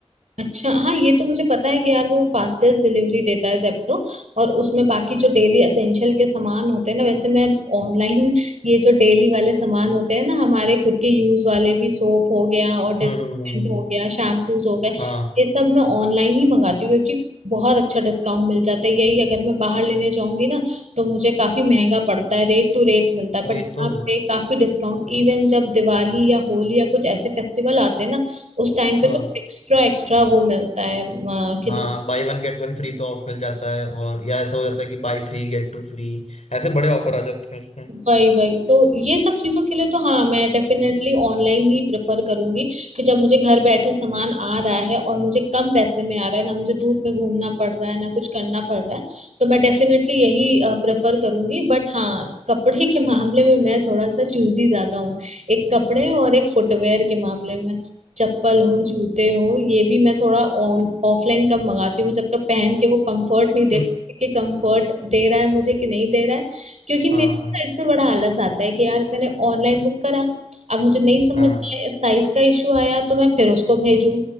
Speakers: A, on the right; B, on the left.
A: अच्छा हाँ ये तो मुझे पता है कि यार वो फास्टेस्ट डिलीवरी देता है जेप्टो और उसमें बाकी जो डेली एसेंशियल के सामान होते हैं ना वैसे मैं ऑनलाइन <laughs> ये जो डेली वाले सामान होते हैं ना हमारे खुद के यूज वाले भी सोप हो गया और डिटर्जेंट
B: हम्म हम्म, हम्म, हम्म, हम्म,
A: हो गया शैम्पूज हो गए
B: हाँ
A: ये सब मैं ऑनलाइन ही मंगाती हूँ क्योंकि बहुत अच्छा डिस्काउंट मिल जाता है यही अगर मैं बाहर लेने जाऊंगी ना तो मुझे काफी महंगा पड़ता है रेट टू रेट मिलता है बट
B: वही
A: यहाँ
B: तो
A: पे काफी डिस्काउंट इवन जब दिवाली या होली या कुछ ऐसे फेस्टिवल आते हैं ना उस टाइम पे
B: हाँ
A: तो एक्स्ट्रा एक्स्ट्रा वो मिलता है अ, कि
B: हाँ buy one get one free पे ऑफ मिल जाता है और या ऐसा हो जाता है कि buy three get two free ऐसे बड़े ऑफर आ जाते हैं उसमें <laughs>
A: वही वही तो ये सब चीजों के लिए तो हाँ मैं डेफिनेटली ऑनलाइन ही प्रेफर करूंगी कि जब मुझे घर बैठे सामान आ रहा है और मुझे कम पैसे में आ रहा है ना मुझे धूप में घूमना पड़ रहा है ना कुछ करना पड़ रहा है तो मैं डेफिनेटली यही प्रेफर करूंगी बट हाँ कपड़े के मामले में मैं थोड़ा सा चूजी ज्यादा हूँ एक कपड़े और एक फुटवेयर के मामले में चप्पल हो जूते हो ये भी मैं थोड़ा ऑन ऑफलाइन कम मंगाती हूँ मैं जब तक पहन के वो कंफर्ट नहीं देखती
B: हम्म,
A: कि कंफर्ट दे रहा है मुझे कि नहीं दे रहा है क्योंकि
B: हाँ
A: इसमें बड़ा आलस आता है कि यार मैंने ऑनलाइन बुक करा अब मुझे नहीं समझ
B: हाँ
A: में साइज का इशू आया तो मैं फिर उसको भेजूं